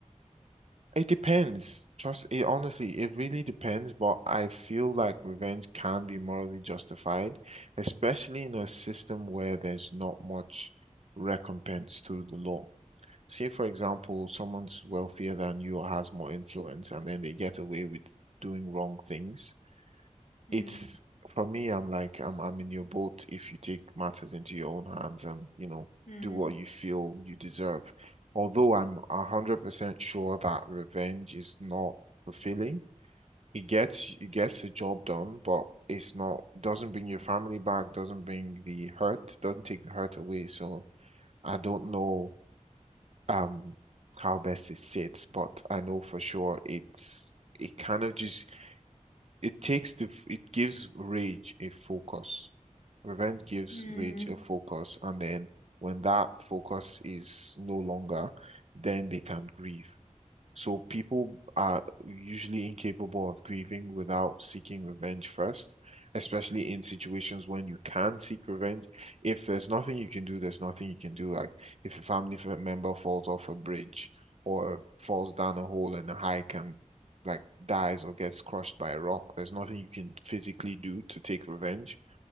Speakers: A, on the right; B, on the left.
A: it depends. Trust it, honestly, it really depends, but I feel like revenge can be morally justified, especially in a system where there's not much recompense through the law. Say, for example, someone's wealthier than you or has more influence, and then they get away with doing wrong things
B: Hmm.
A: it's for me, I'm like I'm I'm in your boat if you take matters into your own hands and, you know,
B: Hmm.
A: do what you feel you deserve. Although I'm 100% sure that revenge is not fulfilling. It gets it gets the job done, but it's not doesn't bring your family back, doesn't bring the hurt, doesn't take the hurt away. So I don't know um how best it sits, but I know for sure it's it kind of just it takes the f- it gives rage a focus. Revenge gives
B: Hmm.
A: Rage a focus, and then when that focus is no longer, then they can grieve. So people are usually incapable of grieving without seeking revenge first, especially in situations when you can seek revenge. If there's nothing you can do, there's nothing you can do. Like if a family f- member falls off a bridge or falls down a hole in a hike and like dies or gets crushed by a rock, there's nothing you can physically do to take revenge